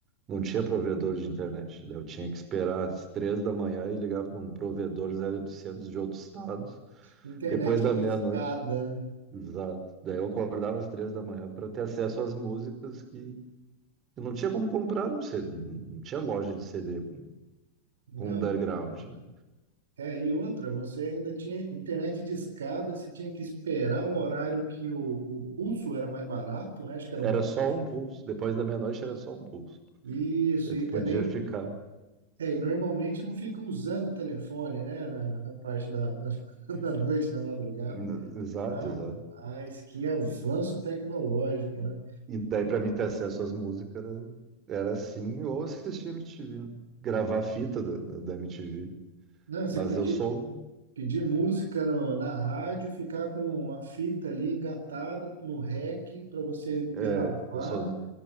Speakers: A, on the right (about 30°); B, on the right (about 65°).
A: não tinha provedor de internet. Daí eu tinha que esperar às três da manhã e ligar para um provedor 0800 de outro estado,
B: Internet
A: depois da
B: de
A: meia-noite.
B: escada, né?
A: Exato. Daí eu acordava às três da manhã para ter acesso às músicas que eu não tinha como comprar, não sei, não tinha loja de CD
B: Não,
A: com o underground, né?
B: é, e outra, você ainda tinha internet de escada, você tinha que esperar um horário que o, o pulso era mais barato, né? Acho que era
A: Era
B: um pulso.
A: só um pulso. Depois da meia-noite era só um pulso.
B: Isso,
A: Daí
B: e
A: tu podia
B: também,
A: ficar.
B: é, e normalmente não fica usando o telefone, né? Na, na parte da, da, <laughs> da noite, da madrugada.
A: né, Exato,
B: Rapaz,
A: exato.
B: que avanço tecnológico, né?
A: E daí pra mim ter acesso às músicas era, era assim, ou assistir MTV, né? Gravar fita da, da, da MTV.
B: Não, você
A: Mas
B: pedia
A: eu sou.
B: Pedir música no- na rádio, ficar com a fita ali engatada no rec para você gravar
A: É, eu sou.